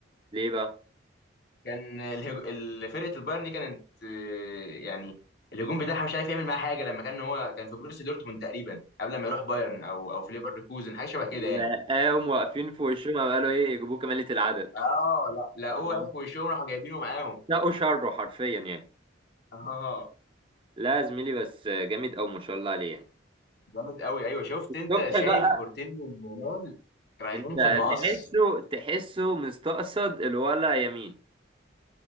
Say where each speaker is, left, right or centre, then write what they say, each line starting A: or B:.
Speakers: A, on the right; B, on the left.
A: ليه بقى؟
B: كان الهج... ال- فرقه البايرن دي كانت آه، يعني الهجوم بتاعها مش عارف يعمل معاها حاجه لما كان هو كان في بروسيا دورتموند تقريبا قبل ما يروح بايرن او او في ليفركوزن حاجه شبه كده
A: لا
B: يعني
A: قاموا <laughs> واقفين في وشهم قام قالوا إيه يجيبوه كمالة العدد
B: اه لا لقوه
A: اه.
B: في وشهم راحوا جايبينه معاهم
A: ساقوا شره حرفيا يعني
B: اه
A: لا يا زميلي بس جامد أوي ما شاء الله عليه يعني
B: جامد قوي ايوه شفت انت
A: صبحي
B: شايل
A: بقى
B: كورتين من يامال رايحين
A: انت
B: في المقص
A: تحسه تحسه مستقصد الولا يمين